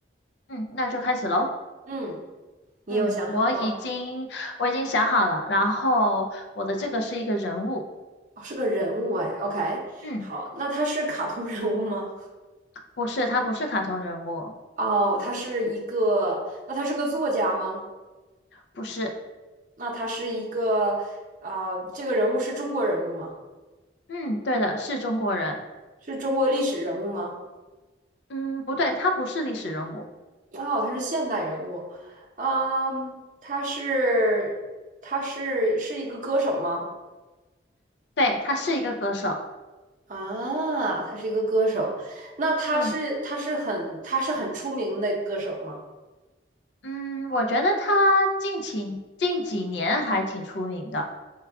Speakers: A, on the left; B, on the right.
A: 嗯，那就开始喽。
B: 嗯，你有想好吗？
A: 嗯，我已经我已经想好了，然后我的这个是一个人物，
B: 哦是个人物哎，OK，
A: 嗯，
B: 好，那他是卡通人物吗？
A: 不是，他不是卡通人物，
B: 哦，他是一个，那他是个作家吗？
A: 不是，
B: 那他是一个，啊、这个人物是中国人物吗？
A: 嗯，对的，是中国人，
B: 是中国历史人物吗？
A: 嗯，不对，他不是历史人物，
B: 哦，他是现代人物，嗯，他是他是是一个歌手吗？
A: 对，他是一个歌手，
B: 啊，他是一个歌手，那他是他是很他是很出名的歌手吗？
A: 嗯嗯，我觉得他近期近几年还挺出名的，